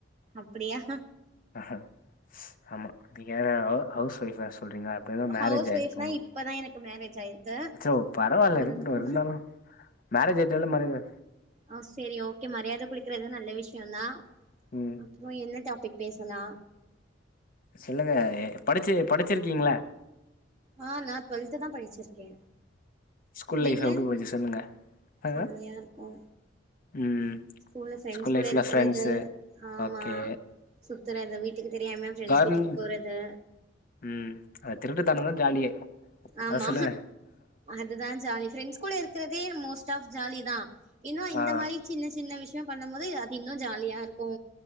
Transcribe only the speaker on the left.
அஹ ஆமா நீங்க வேற ஹவு ஹவுஸ் ஒய்ஃபா சொல்றீங்களா இப்ப தா மேரேஜ்
ஆயிருக்கு
ஒங்களுக்கு
அச்சோ பரவால்ல
இருக்கட்டு
இருந்தாலு மேரேஜ்ஜு ஆயிட்டால மறக்க
ம்
சொல்லுங்க ஏ படிச்சு படிச்சிருக்கீங்கல்ல
ஸ்கூல் லைஃப்
எப்டி போச்சு சொல்லுங்க ஆ
ம்
ஸ்கூல்
லைஃப்ல
ஃப்ரெண்ட்ஸு
ஓகே
கார்மெண்ட்
ம் அது திருட்டுத்தனம் தா ஜாலியே
அத சொல்லுங்க
ஆ